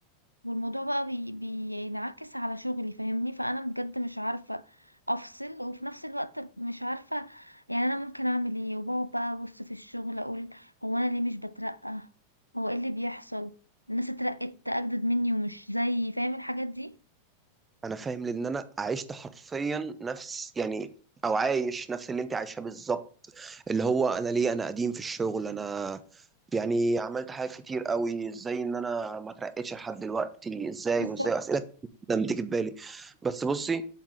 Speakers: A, on the right; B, on the right.
A: والموضوع بقى بي... بينعكس على شغلي فاهمني فانا بجد مش عارفه افصل وفي نفس الوقت مش عارفه يعني انا ممكن اعمل ايه وبقعد بقى ابص في الشغل اقول هو انا ليه مش بترقى هو ايه اللي بيحصل الناس اترقت اجدد مني ومش زيي فاهم الحاجات دي
B: انا فاهم لان انا عشت حرفيا نفس يعني او عايش نفس اللي انت عايشاه بالظبط اللي هو انا ليه انا قديم في الشغل انا يعني عملت حاجات كتير قوي ازاي ان انا ما اترقتش لحد دلوقتي ازاي
A: بالظبط
B: وازاي اسئله كتير جدا بتيجي في بالي بس بصي